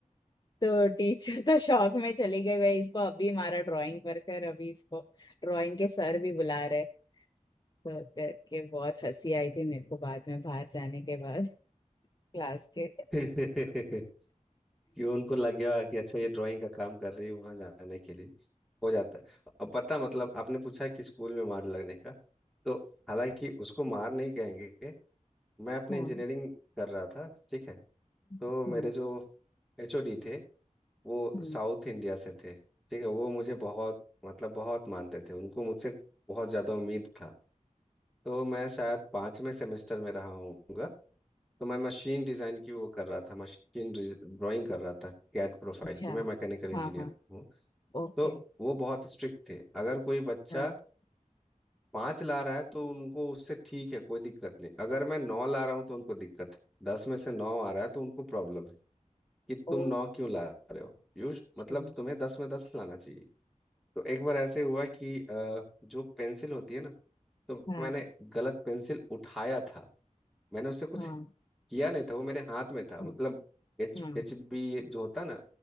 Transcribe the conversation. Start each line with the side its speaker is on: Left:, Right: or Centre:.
Left: तो टीचर तो शौक में चली गई भाई इसको अभी हमारा ड्राइंग पर कर अभी इसको ड्राइंग के सर भी बुला रहे तो करके बहुत हंसी आई थी मेरे को बाद में बाहर जाने के बाद क्लास के
Centre: <laughs> कि उनको लग गया होगा कि अच्छा ये ड्राइंग का काम कर रही है वहां जाने के लिए हो जाता है अब पता मतलब आपने पूछा कि स्कूल में मार लगने का तो हालांकि उसको मार नहीं कहेंगे मैं अपने
Left: <laughs> हाँ
Centre: इंजीनियरिंग कर रहा था ठीक है तो
Left: हाँ
Centre: मेरे जो एचओडी थे वो
Left: हाँ
Centre: साउथ इंडिया से थे ठीक है वो मुझे बहुत मतलब बहुत मानते थे उनको मुझसे बहुत ज़्यादा उम्मीद था तो मैं शायद पाँचवें सेमेस्टर में रहा होऊंगा तो मैं मशीन डिज़ाइन की वो कर रहा था मशीन ड्राइंग कर रहा था कैट प्रोफाइल
Left: अच्छा
Centre: की मैं मैकेनिकल इंजीनियर
Left: हाँ हाँ
Centre: हूँ
Left: ओके
Centre: तो वो बहुत स्ट्रिक्ट थे अगर कोई बच्चा
Left: हाँ
Centre: पाँच ला रहा है तो उनको उससे ठीक है कोई दिक्कत नहीं अगर मैं नौ ला रहा हूँ तो उनको दिक्कत है दस में से नौ आ रहा है तो उनको प्रॉब्लम है कि
Left: ओ
Centre: तुम नौ क्यों ला रहे हो यू
Left: अच्छा
Centre: मतलब तुम्हें दस में दस लाना चाहिए तो एक बार ऐसे हुआ कि अ, जो पेंसिल होती है ना तो
Left: हाँ
Centre: मैंने गलत पेंसिल उठाया था मैंने उससे कुछ
Left: हाँ
Centre: किया नहीं था वो मेरे हाथ में था
Left: हम्म,
Centre: मतलब एच
Left: हाँ
Centre: एच बी जो होता ना